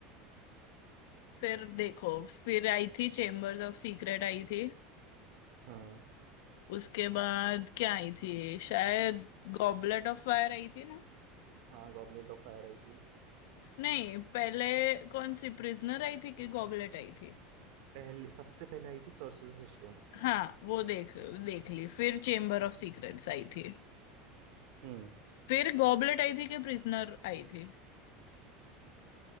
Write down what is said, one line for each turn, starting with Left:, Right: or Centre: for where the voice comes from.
Left: फिर देखो फिर आई थी चेम्बर्स ऑफ सीक्रेट आई थी
Right: हाँ
Left: उसके बाद क्या आई थी शायद गॉबलेट ऑफ फायर आई थी ना
Right: हाँ गॉबलेट ऑफ फायर आई थी
Left: नहीं पहले कौन सी प्रिजनर आई थी कि गॉबलेट आई थी
Right: पहले सबसे पहले आई थी सोर्सरर्स स्टोन
Left: हाँ वो देख देख ली फिर चेम्बर ऑफ सीक्रेट्स आई थी
Right: हम्म
Left: फिर गॉबलेट आई थी कि प्रिजनर आई थी